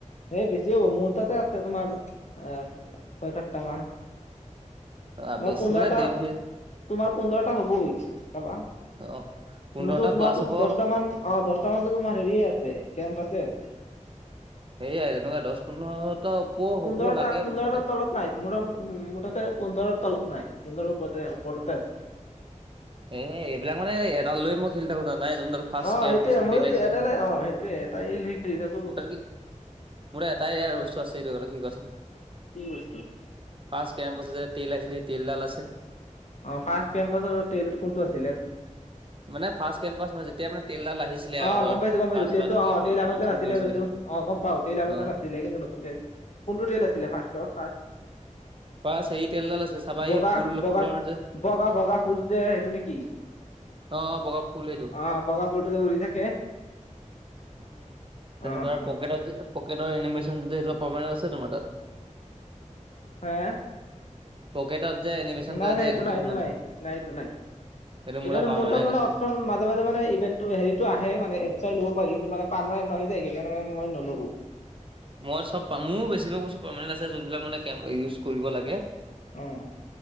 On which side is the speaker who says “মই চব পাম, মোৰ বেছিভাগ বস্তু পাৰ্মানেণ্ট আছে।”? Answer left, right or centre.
Right